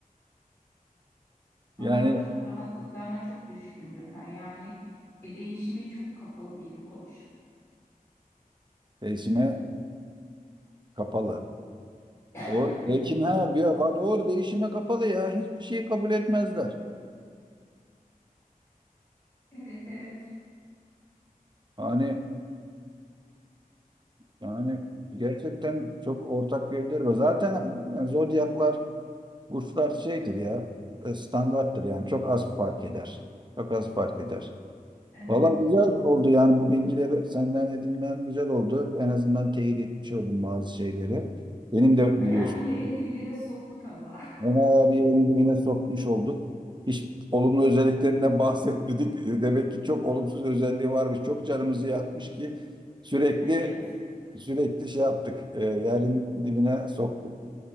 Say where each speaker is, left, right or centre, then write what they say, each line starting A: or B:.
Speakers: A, on the left (about 20°); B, on the right (about 30°).
A: Onlar
B: Yani
A: çok rahatlıklarına çok düşkündürler. Yani e, değişime çok kapalı bir burç.
B: değişime kapalı. Doğru
A: <laughs> Evet,
B: değişim ha ya va- doğru değişime kapalı ya hiçbir şeyi kabul etmezler.
A: evet, evet,
B: Hani yani gerçekten çok ortak yönleri var. Zaten yani zodyaklar, burçlar şeydir ya e, standarttır yani çok az fark eder. Çok az fark eder.
A: evet.
B: Valla güzel oldu yani bu bilgileri senden edinmem güzel oldu. En azından teyit etmiş oldum bazı şeyleri. Benim de
A: Bayağı
B: biliyorsun.
A: bir yerin dibine de soktuk ama. <laughs>
B: Onayla bir yerin dibine sokmuş olduk. Hiç olumlu özelliklerinden <laughs> bahsetmedik. E, Demek ki çok olumsuz özelliği varmış. Çok canımızı yakmış ki sürekli
A: Evet.
B: sürekli şey yaptık. E, yerin dibine soktuk.